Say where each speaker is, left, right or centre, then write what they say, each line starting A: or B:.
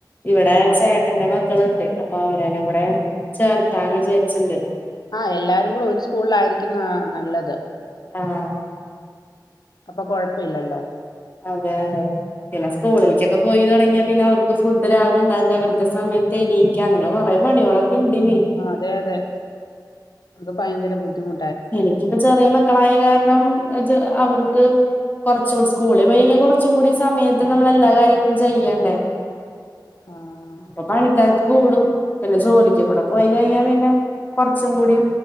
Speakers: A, on the left; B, on the left.
A: ഇവിടെ
B: ആഹ്
A: ചേട്ടന്റെ മക്കള്ണ്ട് അവനേനിംകൂടെ ചേർത്താന്ന് വിചാരിച്ചിണ്ട്.
B: ആഹ് എല്ലാവരും കൂടെ ഒരു സ്കൂളിലായിരിക്കുന്നതാ നല്ലത്.
A: ആഹ്.
B: അപ്പൊ കൊഴപ്പ ഇല്ലല്ലോ.
A: അതെ അതെ. പിന്നെ സ്കൂളിൽക്കൊക്കെ പോയി തൊടങ്ങിയാ പിന്നെ അവർക്ക് ഫുഡ് രാവിലെ ഇണ്ടാക്ക കൃത്യ സമയത്തേണീ ക്ക അങ്ങനെ കൊറേ പണേളൊക്കെണ്ടിനി.
B: ആഹ് അതെ അതെ അത് ഭയങ്കര ബുദ്ധിമു
A: എനിക്കിപ്പ ചെറിയ മക്കളായ കാരണം ചെ അവർക്ക്. കൊർച്ചും സ്കൂളിൽ കഴിഞ്ഞ കൊർച്ചും കൂടി സമയത്ത് നമ്മള് എല്ലാ കാര്യങ്ങളും ചെയ്യണ്ടേ.
B: ആഹ്.
A: പണിത്തരക്ക് കൂടും പിന്നെ ജോലിക്ക് കൂടെ പോയി കഴിഞ്ഞാ പിന്നെ കൊർച്ചും കൂടിം.